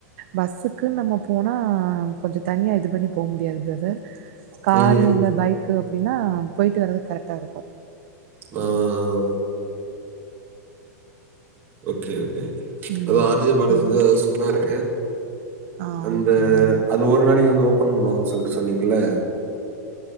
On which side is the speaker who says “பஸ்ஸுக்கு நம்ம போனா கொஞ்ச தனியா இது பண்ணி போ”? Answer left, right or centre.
Right